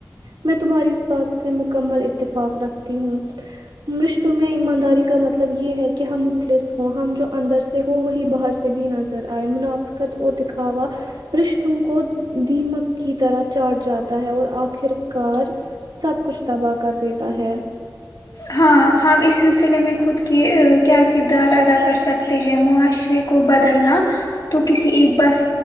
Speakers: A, on the right; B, on the left.
A: میں تمہاری اس بات سے مکمل اتفاق رکھتی ہوں مشتوں میں ایمانداری کا مطلب یہ ہے کہ ہم مخلص ہوں ہم جو اندر سے ہو وہی باہر سے بھی نظر آئے منافقت و دکھاوا رشتوں کو دھیمک کی طرح چاٹ جاتا ہے اور آخر کار سب کچھ تباہ کر دیتا ہے
B: ہاں ہم اس سلسلے میں خود کی کیا کردار ادا کر سکتے ہیں معاشرے کو بدلنا تو کسی ایک بس